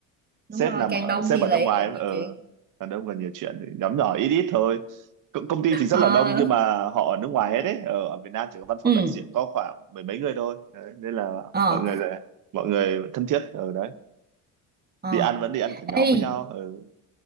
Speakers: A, on the right (about 25°); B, on the right (about 60°).
A: đúng
B: sếp
A: rồi
B: nằm
A: càng
B: ở,
A: đông
B: sếp
A: thì
B: ở
A: lại
B: nước ngoài
A: càng nhiều
B: ở
A: chuyện
B: đàn ông còn nhiều chuyện thì nhóm nhỏ ít ít thôi C- công ty thì rất
A: Ờ,
B: là đông nhưng mà họ ở nước ngoài hết đấy ở, ở Việt Nam chỉ có văn phòng
A: ừ
B: đại diện có khoảng mười mấy người thôi đấy, nên là
A: ờ
B: mọi người là mọi người thân thiết ở đấy
A: ờ
B: đi ăn vẫn đi ăn cả nhóm
A: ê
B: với nhau ừ.